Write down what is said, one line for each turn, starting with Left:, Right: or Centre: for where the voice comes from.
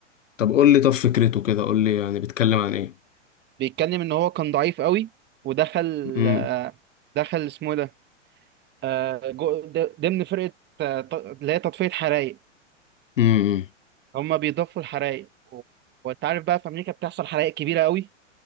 Left: طب قول لي طب فكرته كده قول لي يعني بيتكلم عن ايه
Right: بيتكلم ان هو كان ضعيف قوي ودخل
Left: امم
Right: آه، دخل اسمه إيه ده آه، جو- د- ضمن فرقة آه، ط- اللي هي تطفية حرائق
Left: امم
Right: هما بيضفوا الحرائق و- وانت عارف بقى في امريكا بتحصل حرائق كبيرة قوي